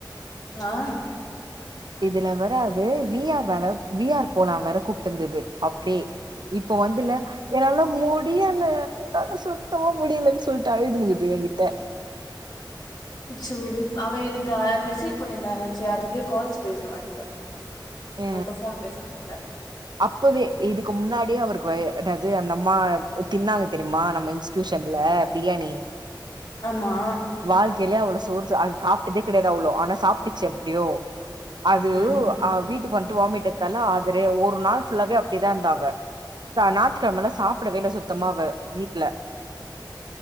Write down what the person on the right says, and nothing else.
இதுல வராது விஆர் வேல விஆர் போலா வேர கூப் இருந்தது அப்டியே இப்ப வந்துல என்னால முடியல எதா சுத்தம முடியலன்னு சொல்லிட்டு அழுதுனுங்கிது என்கிட்ட
அ
அப்பவே இதுக்கு முன்னாடியே அவருக்கு வ அதாவது அந்த அம்மா தின்னாங்க தெரியுமா நம்ம இன்ஸ்டியூஷ <unintelligible> பிரியாணி
வாழ்க்கையில அவ்ளோ சோறு அ அது சாப்பிட்டதே கிடையாது அவ்ளோ ஆனா சாப்ட்டுச்சு எப்டியோ அது
அவ வீட்டுக்கு வந்துட்டு வாமிட் எடுத்தால அதுல ஒரு நாள் ஃபுல்லாவே அப்டியேதா இருந்தா அவ ஞாத்துக்கிழமலா சாப்பிடவே இல்ல சுத்தமா அவ வீட்ல